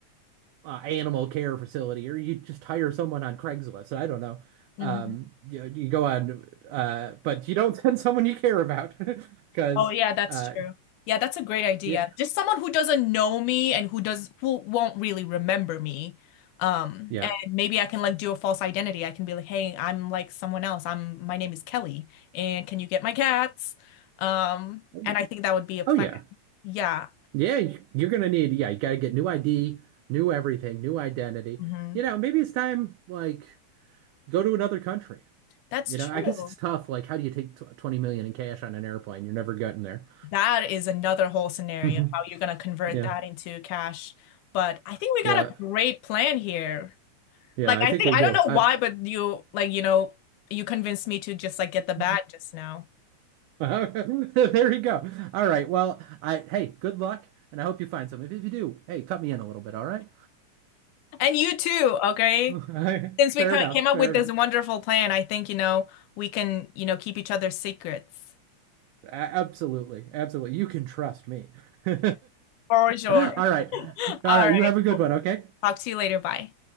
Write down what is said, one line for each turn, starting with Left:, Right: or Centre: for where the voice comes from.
Right: a animal care facility or you just hire someone on Craigslist. I don't know.
Left: mm-hmm.
Right: Um, you, you go on, uh, but you don't <laughs> send someone you care about <laughs> because,
Left: Oh yeah, that's
Right: uh,
Left: true. Yeah, that's a great idea.
Right: yeah,
Left: Just someone who doesn't know me and who does who won't really remember me. Um,
Right: yeah.
Left: and maybe I can like do a false identity. I can be like, "Hey, I'm like someone else. I'm my name is Kelly, and can you get my cats?" Um,
Right: Oh,
Left: and
Right: yeah.
Left: I think that would be a plan.
Right: oh yeah.
Left: Yeah.
Right: Yeah, you- you're gonna need, yeah, you gotta get new ID, new everything, new identity.
Left: hmm
Right: You know, maybe it's time like go to another country.
Left: That's
Right: You
Left: true.
Right: know, I guess it's tough. Like, how do you take tw 20 million in cash on an airplane? You're never getting there.
Left: That is another whole scenario,
Right: Mhm.
Left: how you're gonna convert
Right: Yeah,
Left: that into cash. But I think we
Right: yeah,
Left: got a great plan here.
Right: yeah.
Left: Like
Right: I
Left: I
Right: think
Left: think
Right: we
Left: I
Right: do.
Left: don't know
Right: I,
Left: why, but you like you know you convinced me to just like get the bat
Right: <laughs>
Left: just now,
Right: there you go. All right. Well, I hey, good luck, and I hope you find some. If, if you do, hey, cut me in a little bit. All right.
Left: and you too. Okay,
Right: <laughs> Fair
Left: since we ca-
Right: enough.
Left: came up
Right: Fair
Left: with
Right: enough.
Left: this wonderful plan, I think you know we can you know keep each other's secrets
Right: A- Absolutely. Absolutely. You can trust me. <laughs> All
Left: for sure.
Right: right.
Left: <laughs> All
Right: All right.
Left: right,
Right: You have a good one, okay?
Left: talk to you later. Bye.